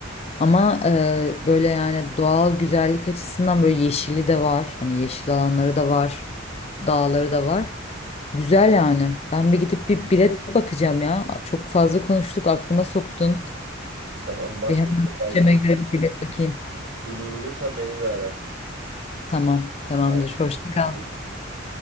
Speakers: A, on the left; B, on the right.
A: Ama e, böyle yani doğal güzellik açısından böyle yeşili de var. Hani yeşil alanları da var. Dağları da var. Güzel yani. Ben bir gidip bir bilet bakacağım ya. Çok fazla konuştuk aklıma soktun.
B: Tamam bak
A: Bir hemen
B: bakalım belki
A: bütçeme
B: ucuz,
A: göre bir bilet bakayım.
B: ucuz bulursan beni de ara.
A: Tamam, tamamdır.
B: Haydi
A: Hoşça
B: hadi
A: kal.
B: görüşürüz.